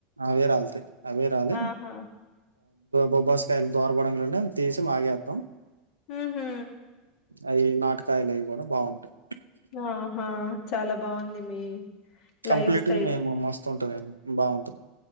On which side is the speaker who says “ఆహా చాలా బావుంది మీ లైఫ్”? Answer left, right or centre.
Left